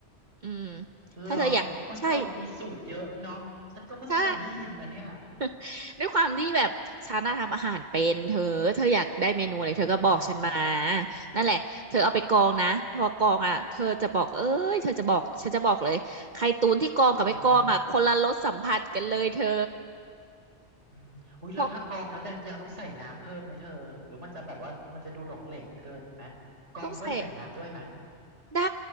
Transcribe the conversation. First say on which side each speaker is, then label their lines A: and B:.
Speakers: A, on the right; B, on the right.
A: อืม
B: เหรอเออเธอมีสูตรเยอะเนาะฉันก็เพิ่งเคยได้ยินนะเนี่ย
A: ถ้าเธออยากใช่ใช่ <laughs> ด้วยความที่แบบฉันน่ะทำอาหารเป็นเธอเธออยากได้เมนูอะไรเธอก็บอกฉันมา
B: อ๋อ
A: นั่นแหละเธอเอาไปกรองนะพอกรองอ่ะเธอจะบอกเอ้ยเธอจะบอกฉันจะบอกเลยไข่ตุ๋นที่กรองกับไม่กรองอ่ะคนละรสสัมผัสกันเลยเธอ
B: อ่าฮะอืมอุ้ยแล้วถ้ากรองแล้วจะยังต้องใส่น้ำเพิ่มไหมเธอหรือมันจะแบบว่ามันจะดูหลงเหลงเกินไหมกรองด้วยใส่น้ำด้วยไหม
A: เพราะต้องใส่ ได้